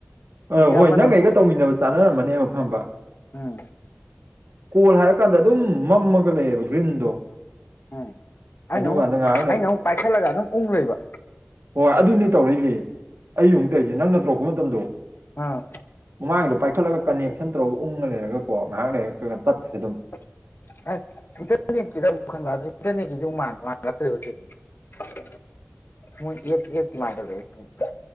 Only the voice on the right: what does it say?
ꯑ ꯍꯣꯏ
ꯅꯪ
ꯑꯩꯒ ꯇꯧꯃꯤꯟꯅꯕ ꯆꯥꯟꯅꯔꯝꯃꯅꯦꯕ ꯈꯪꯕ
ꯀꯣꯜ ꯍꯥꯏꯔꯀꯥꯟꯗ ꯑꯗꯨꯝ ꯃꯝꯃꯒ ꯂꯩꯌꯦꯕ ꯒ꯭ꯔꯤꯟꯗꯣ
ꯑꯗꯨꯀꯥꯟꯗ
ꯉꯥꯏꯍꯥꯛ ꯂꯩ
ꯍꯣꯏ ꯑꯗꯨꯅꯦ ꯇꯧꯔꯛꯏꯖꯦ ꯑꯩ ꯑꯃꯨꯛ ꯇꯧꯏꯖꯦ ꯅꯪꯅ ꯇꯧꯔꯛꯄ ꯃꯇꯝꯗꯣ
ꯃꯃꯥꯡꯒꯤꯗꯣ ꯄꯥꯏꯈꯠꯂꯒ ꯀꯅꯦꯛꯁꯟ ꯇꯧꯔꯒ ꯎꯪꯉ ꯂꯩꯔꯒꯀꯣ ꯉꯥꯏꯍꯥꯛ ꯂꯩꯔ ꯀꯒ ꯇꯠꯈ꯭ꯔꯦ ꯑꯗꯨꯝ